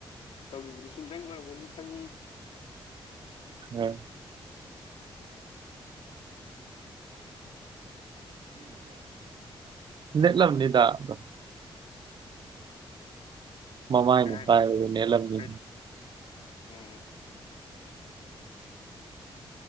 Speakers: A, on the left; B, on the right.
A: ꯇꯧꯈꯤꯕꯗꯨꯁꯨ ꯪ ꯑꯣꯏꯔꯝꯒꯅꯤ ꯈꯪꯉꯤ
B: ꯍꯥ ꯊꯤꯅꯦ ꯂꯝ
A: ꯎꯝ
B: ꯂꯩꯗꯗ ꯃꯃꯥꯏꯅ
A: ꯀꯩ ꯍꯥꯏꯅꯣ
B: ꯄꯥꯏ ꯅꯅꯤꯂꯂꯝꯅꯤ
A: ꯀꯩ ꯎꯝ